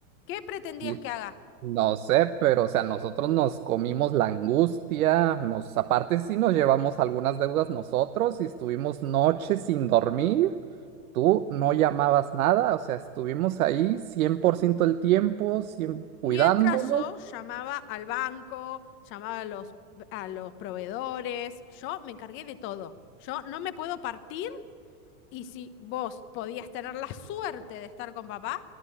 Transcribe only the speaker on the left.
¿Qué pretendías
que haga?
Mientras yo llamaba al banco, llamaba a los, a los proveedores, yo me encargué de todo. Yo no me puedo partir y si vos podías tener la suerte de estar con papá,